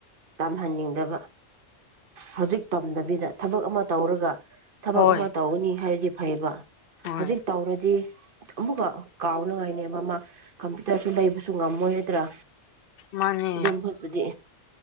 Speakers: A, on the right; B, on the left.
A: ꯇꯝꯍꯟꯅꯤꯡꯗꯕ ꯍꯧꯖꯤꯛ ꯇꯝꯗꯕꯤꯗ ꯊꯕꯛ ꯑꯃ ꯇꯧꯔꯒ ꯊꯕꯛ
B: ꯍꯣꯏ
A: ꯑꯃ ꯇꯧꯒꯅꯤ ꯍꯥꯏꯔꯗꯤ ꯐꯩꯕ
B: ꯍꯣꯏ
A: ꯍꯧꯖꯤꯛ ꯇꯧꯔꯗꯤ ꯑꯃꯨꯛꯀ ꯀꯥꯎꯅ ꯉꯥꯏꯅꯦꯕ ꯃꯥ ꯀꯝꯄ꯭ꯌꯨꯇꯔꯁꯨ ꯂꯩꯕꯁꯨ ꯉꯝꯃꯣꯏ ꯅꯠꯇ꯭ꯔꯥ
B: ꯃꯥꯅꯦ
A: ꯑꯗꯨꯝ ꯍꯣꯏꯄ ꯗꯤ